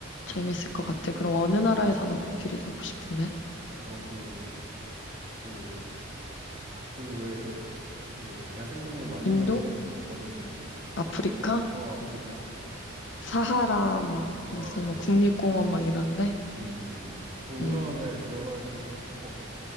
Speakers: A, on the left (about 60°); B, on the right (about 35°).
A: 재밌을 것 같아. 그럼 어느 나라에 사는 코끼리 되고 싶은데?
B: 저기, 그, 아, 그 왜, 그, 야생동물 많이
A: 인도?
B: 사는 그, 어디지?
A: 아프리카?
B: 어, 아프리카, 아프리카.
A: 사하라, 막,
B: 어,
A: 무슨, 막, 국립공원 막 이런데?
B: 음, 음, 음. 동물원에
A: 응
B: 들어가 있기는 싫고,